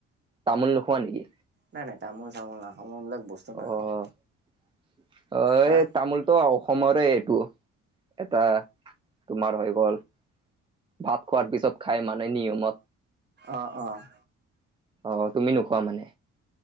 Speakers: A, on the right; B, on the right.
A: তামোল নোখোৱা নেকি?
B: নাই, নাই। তামোল- চামোল নাখাওঁ, মই এইবিলাক বস্তু নাখাওঁ।
A: অ অ'!
B: হা
A: এ, তামোলটো অসমৰে এইটো। এটা তোমাৰ হৈ গ'ল? ভাত খোৱাৰ পিছত খাই মানে, নিয়মত।
B: অ'! অ'!
A: অ তুমি নোখোৱা মানে